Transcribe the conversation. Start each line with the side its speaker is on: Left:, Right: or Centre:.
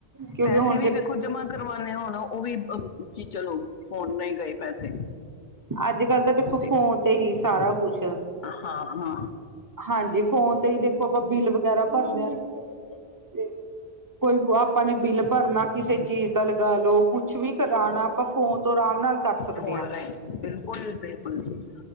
Right: ਕਿਉਂਕਿ
Left: ਪੈਸੇ
Right: ਹੁਣ
Left: ਵੀ ਦੇਖੋ ਜਮਾ ਕਰਵਾਉਦੇ ਹੋਣ ਉਹ ਵੀ ਜੀ ਚਲੋ ਫੋਨ ਨਾਲ ਗਏ ਪੈਸੇ।
Right: ਅੱਜ ਕਲ ਤਾਂ ਦੇਖੋ
Left: ਤੁਸੀਂ
Right: ਫੋਨ ਤੇ ਹੀ ਸਾਰਾ ਕੁਛ।
Left: ਹਾਂ ਹਾਂ
Right: ਹਾਂਜੀ। ਫੋਨ ਤੇ ਹੀ ਦੇਖੋ ਆਪਾਂ ਬਿੱਲ ਵਗੈਰਾ ਭਰਦੇ ਹਾਂ। ਤੇ ਕੋਈ ਆਪਾਂ ਨੇ ਬਿੱਲ ਭਰਨਾ। ਕਿਸੇ ਚੀਜ਼ ਦਾ ਲਗਾ ਲੋ ਕੁੱਛ ਵੀ ਕਰਾਉਣਾ ਆਪਾਂ ਫੋਨ ਤੋਂ ਆਰਾਮ ਨਾਲ ਕਰ ਸਕਦੇ
Left: ਫੋਨ
Right: ਹਾਂ
Left: ਰਹੇ ਬਿਲਕੁਲ ਜੀ ਬਿਲਕੁਲ ਜੀ